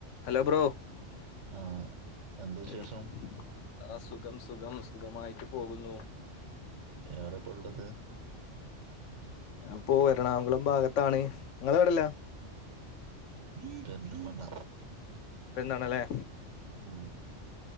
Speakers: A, on the left; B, on the right.
A: Hello bro
B: ആ എന്താ വിശേഷം
A: ഉം ആഹ് സുഖം സുഖം സുഖമായിട്ട് പോകുന്നു
B: എവിട ഇപ്പോ ഉള്ളത്
A: ഞാൻ പ്പോ എറണാകുളം ഭാഗത്താണ് നിങ്ങളെവിടല്ല
B: പെരിന്തൽമണ്ണ
A: ഇപ്പന്നാണല്ലേ?
B: ഉം